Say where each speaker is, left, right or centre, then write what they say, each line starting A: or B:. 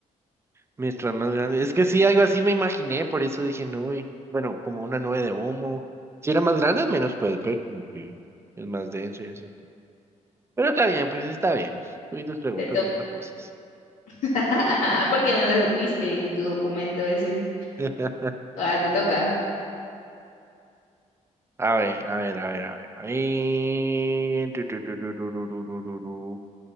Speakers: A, on the right; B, on the left.
A: Mientras más grande. Es que sí, algo así me imaginé, por eso dije nube. Bueno, como una nube de humo. Si era más grande, menos puedes ver, como que es más denso y así. Pero está bien, pues está bien. Tú y tus preguntas
B: Te toca.
A: mientras posas.
B: <laughs> ¿Por qué no la viste en tu documento ese?
A: <laughs>
B: Ah, te toca.
A: A ver, a ver, a ver, a ver, a ver. Tu, tu, tu, tu, tu, tu, tu, tu, tu, tu.